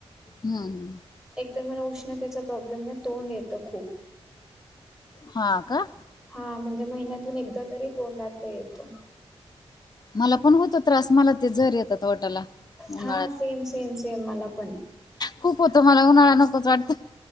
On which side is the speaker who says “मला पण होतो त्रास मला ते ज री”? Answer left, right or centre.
Left